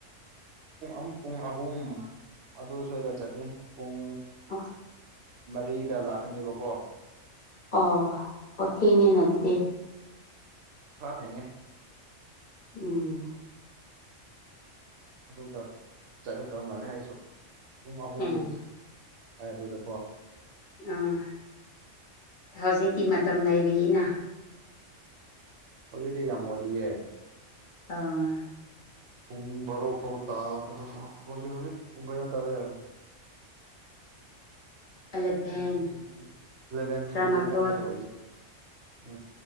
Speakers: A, on the right (about 70°); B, on the left (about 50°).
A: ꯨꯝ ꯄꯨꯡ ꯑꯍꯨꯝ ꯑꯗꯨ ꯁꯣꯏꯗ ꯆꯠꯅꯤ ꯄꯨꯡ
B: ꯑꯣ
A: ꯃꯔꯤꯗ ꯂꯥꯛꯀꯅꯦꯕꯀꯣ
B: ꯑꯣ ꯑꯣ ꯊꯦꯡꯉꯤꯅ ꯑꯗꯨꯗꯤ
A: ꯈ ꯊꯦꯡꯉꯦ
B: ꯎꯝ
A: ꯑꯗꯨꯗ ꯆꯠꯒꯗꯧ ꯃꯥꯜꯂꯦ ꯑꯩꯁꯨ ꯄꯨꯡ ꯑꯍꯨꯝ
B: ꯎꯝ
A: ꯑꯗꯨꯗꯀꯣ
B: ꯑꯥ ꯍꯧꯖꯤꯛꯇꯤ ꯃꯇꯝ ꯂꯩꯔꯤꯅ
A: ꯑꯗꯨꯗꯤ ꯌꯥꯝ ꯋꯥꯜꯂꯤꯌꯦꯦ
B: ꯑꯥ
A: ꯄꯨꯡꯕꯔ ꯎꯐꯥꯎ ꯇ ꯃ ꯃ ꯄꯨꯡꯒꯌꯥ ꯇꯥꯔꯦ ꯍꯥꯏ
B: ꯑꯂꯚꯦꯟ
A: ꯄꯨꯡ ꯑꯦꯂꯚꯦꯟ
B: ꯇꯔꯥꯃꯥꯊꯣꯏ
A: ꯑꯦꯂꯚꯦꯟ ꯈꯛꯇ ꯑꯣꯏꯁꯦ ꯑ